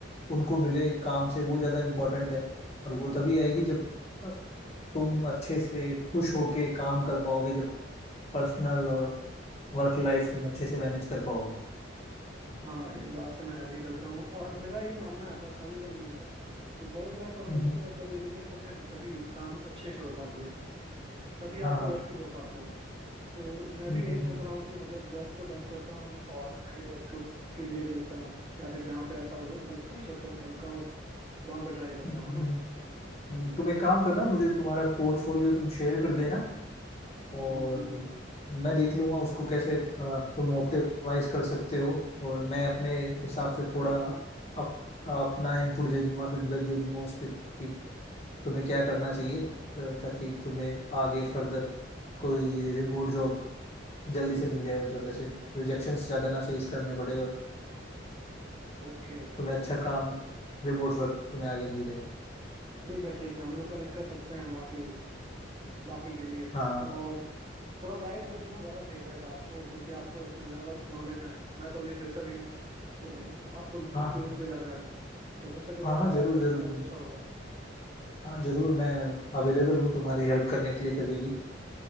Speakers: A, on the left (about 35°); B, on the right (about 30°).
A: उनको मिले काम से वो ज़्यादा इम्पोर्टेंट है और वो तभी
B: हम्म
A: आएगी
B: हम्म
A: जब
B: हम्म
A: अ, तुम अच्छे से खुश होके काम कर पाओगे जब पर्सनल और वर्क लाइफ तुम अच्छे से मैनेज कर पाओगे
B: हाँ इस बात से मैं एग्री करता हूँ और मेरा ये मानना है पर्सनली ये बिलीफ है कि वर्क लाइफ और
A: हम्म
B: पर्सनल
A: हम्म,
B: लाइफ जब रेजोनेट होते हैं ना तभी काम अच्छे से हो पाती है तभी आप
A: हाँ
B: प्रोडक्टिव
A: हाँ
B: हो पाते हो तो मैं
A: हम्म
B: भी यही
A: हम्म
B: सोच
A: हम्म
B: रहा हूँ कि मतलब जॉब को डंप करता हूँ और नए जॉब के, के लिए देखता हूँ या फिर जहाँ पे ऐसा वर्क कल्चर तो ढंग का हो वहां पे ट्राई करता
A: हम्म,
B: हूँ
A: हम्म,
B: ना
A: हम्म। तुम एक काम करना मुझे तुम्हारा पोर्टफोलियो तुम शेयर कर देना
B: हम्म
A: और
B: हम्म हम्म
A: मैं देख लूंगा उसको कैसे अ, तुम ऑप्टिमाइज कर सकते हो और मैं अपने हिसाब से थोड़ा अप, अपना इनपुट दे दूंगा फीडबैक दे दूंगा उस पर कि तुम्हें क्या करना चाहिए अ, ताकि तुम्हें आगे फर्दर कोई रिमोट जॉब जल्दी से मिल जाए मतलब ऐसे रिजेक्शन ज्यादा ना फेस करने पड़े और
B: Okay okay
A: तुम्हें
B: okay
A: अच्छा काम रिमोट वर्क तुम्हें आगे मिल जाए
B: ठीक है ठीक है हम लोग कनेक्ट कर सकते हैं बाकी बाकी के लिए
A: हाँ
B: और थोड़ा गाइड कर देना ज़्यादा सही रहेगा आपको क्योंकि आपको इसमें ज़्यादा नॉलेज है मैं तो अभी फ्रेशर ही हूँ तो आपको
A: हाँ
B: एक्सपीरियंस भी ज़्यादा है तो हो सके
A: हाँ
B: तो
A: हाँ
B: आप
A: जरूर
B: गाइड कर
A: जरूर
B: दोगे ज़्यादा अच्छा होगा
A: हाँ जरूर मैं अवेलेबल हूँ तुम्हारी हेल्प करने के लिए कभी भी